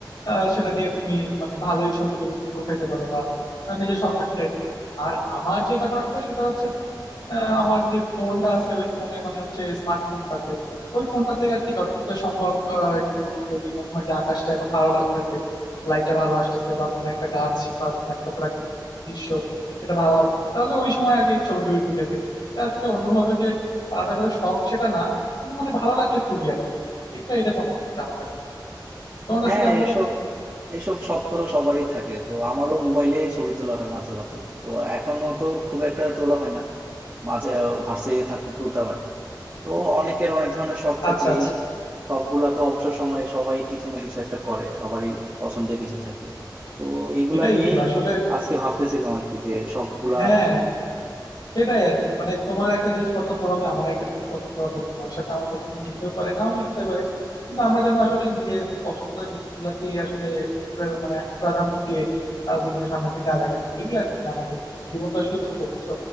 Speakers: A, on the left; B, on the right.
A: আহ, সেটা দিয়ে তুমি মানে ভালোই ছবি টবি তুমি উঠাইতে পারো বা আহ, নিজের শখটা মিটাই আর আমার যে ব্যাপারটা সেটা হচ্ছে যে আহ, আমার যে ফোনটা আছে ওই ফোনে মানে হচ্ছে স্মার্টফোনটাতে ওই ফোনটাতে আর কি যতটুকু যা সম্ভব আহ, একটু যদি মনে হয় যে আকাশটা এখন ভালো লাগতেছে লাইটটা ভালো আসতেছে বা কোনো একটা গাছ বা কোনো একটা প্রাকৃতিক দৃশ্য সেটা ভালো লাগতেছে তাহলে ওই সময় আর কি ছবি টবি তুলে ফেলি এটা আসলে অন্যভাবে আলাদা করে শখ সেটা না কিন্তু মানে ভালো লাগলে তুলি আর কি। এটা এরকম হচ্ছে আমার কাছে তোমার কাছে
B: হ্যাঁ
A: কেমন বলো
B: এসব
A: তো
B: এসব শখ তো সবারই থাকে তো আমারও মোবাইলে ছবি তোলা হয় মাঝে মাঝে তো এখনো তো খুব একটা তোলা হয় না মাঝে ভার্সিটিতে থাকতে তুলতাম আর কি তো অনেকের অনেক ধরনের শখ থাকে
A: আচ্ছা আচ্ছা
B: এই শখ গুলা তো অবসর সময়ে সবাই কিছু না কিছু একটা করে সবারই পছন্দের কিছু থাকে তো এইগুলা
A: এটাই
B: নিয়েই
A: বন্ধু আসলে
B: আজকে ভাবতেছিলাম আর কি যে শখ গুলা
A: হ্যাঁ সেটাই আর কি মানে তোমার একটা জিনিস পছন্দ হবে আমার একটা জিনিস পছন্দ হবে তোমার সাথে আমার পছন্দ মিলতেও পারে নাও মিলতে পারে কিন্তু আমরা যেন আসলে নিজের পছন্দের জিনিসগুলাকে আসলে প্রা- মানে প্রাধান্য দিয়ে আহ, জীবনের সামনের দিকে আগায় যাই এই আর কি আমাদের জীবন তো আসলে ছোট বুঝছো